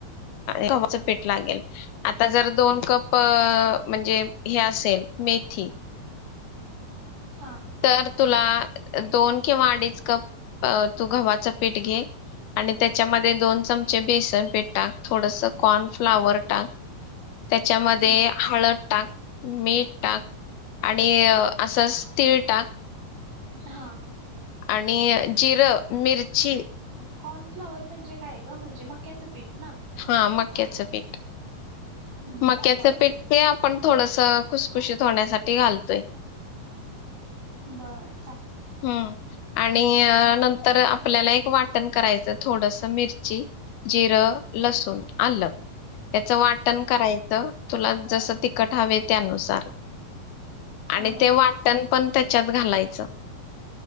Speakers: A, on the left; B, on the right.
A: घवाच पीठ लागेल. आता जर दोन कप म्हणजे हे असेल मेथी
B: हां.
A: तर तुला दोन किंवा अडीज कप तू गव्हाच पीठ घे, आणि त्याच्यामध्ये दोन चमचे बेसन पीठ टाक, थोडस कॉर्नफ्लावर टाक, त्याच्यामध्ये
B: हम्म
A: हळद टाक, मीठ टाक, आणि असंच तिळ टाक.
B: हां.
A: आणि जिरं, मिरची,
B: कॉर्नफ्लावर म्हणजे काय ग? म्हणजे मक्याचं पीठ ना?
A: हां मक्याचं पीठ.
B: हम्म
A: मक्याचं
B: बरं
A: पीठ
B: ठीक
A: ते आपण थोडस खुसखुशीत होण्यासाठी घालतोय.
B: बर.
A: हम्म. आणि
B: हा
A: नंतर आपल्याला एक वाटण करायचं थोडस मिरची, जिरं, लसूण, आलं, याचं वाटण करायचं तुला जसं तिखट हवे त्यानुसार.
B: हा
A: आणि
B: हा
A: ते वाटण
B: हा
A: पण त्या त्याच्यात घालायचं